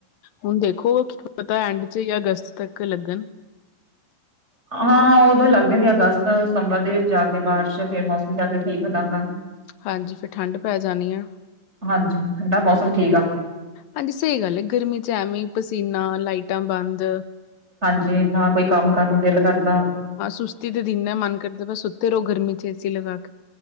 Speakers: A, on the left; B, on the right.
A: ਹੁਣ ਦੇਖੋ, ਕੀ ਪਤਾ ਐਂਡ ਚ ਜਾਂ ਅਗਸਤ ਤੱਕ, ਲੱਗਣ
B: ਹਾਂ, ਉਦੋਂ ਲੱਗਦੇ ਨੇ ਅਗਸਤ ਸਤੰਬਰ ਦੇ ਵਿੱਚ ਜਾ ਕੇ ਬਾਰਿਸ਼ ਫੇਰ, ਮੌਸਮ ਜਾ ਕੇ ਠੀਕ ਹੋਣਾ ਹੁੰਦਾ
A: ਹਾਂਜੀ, ਫਿਰ ਠੰਡ ਪੈ ਜਾਣੀ ਆ
B: ਹਾਂਜੀ, ਠੰਡਾ ਮੌਸਮ ਠੀਕ ਆ
A: ਹਾਂਜੀ, ਸਹੀ ਗੱਲ ਏ, ਗਰਮੀ ਚ ਐਵੇਂ ਪਸੀਨਾ ਲਾਈਟਾਂ ਬੰਦ
B: ਹਾਂਜੀ, ਨਾ ਕੋਈ ਕੰਮ ਕਰਨ ਨੂੰ ਦਿਲ ਕਰਦਾ
A: ਹਾਂ, ਸੁਸਤੀ ਤੇ ਦਿਨ ਐ, ਮਨ ਕਰਦਾ ਬਸ ਸੁੱਤੇ ਰਹੋ ਚ ਏਸੀ ਲਗਾ ਕੇ